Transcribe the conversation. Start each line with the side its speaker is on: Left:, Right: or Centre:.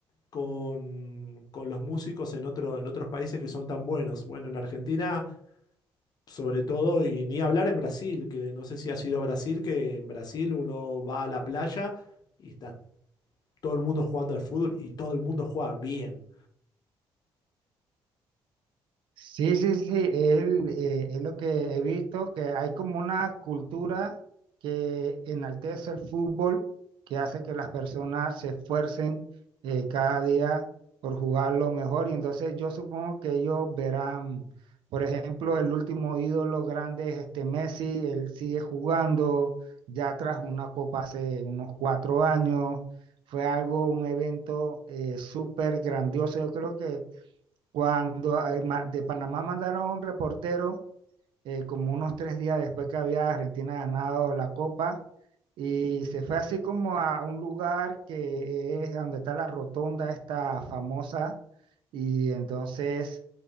Left: con, con los músicos en otro, en otros países que son tan buenos. Bueno, en Argentina sobre todo, y ni hablar en Brasil, que no sé si has ido a Brasil, que en Brasil uno va a la playa y está todo el mundo jugando al fútbol y todo el mundo juega bien.
Right: Sí, sí, sí, él, eh, es lo que he visto, que hay como una cultura que enaltece el fútbol, que hace que las personas se esfuercen eh, cada día por jugarlo mejor. Y entonces yo supongo que ellos verán, por ejemplo, el último ídolo grande es este Messi, él sigue jugando, ya tras una copa hace unos cuatro años, fue algo, un evento eh, súper grandioso, yo creo que... Cuando eh, ma- de Panamá mandaron a un reportero, eh, como unos tres días después que había Argentina ganado la Copa, y se fue así como a un lugar que es donde está la rotonda esta famosa, y entonces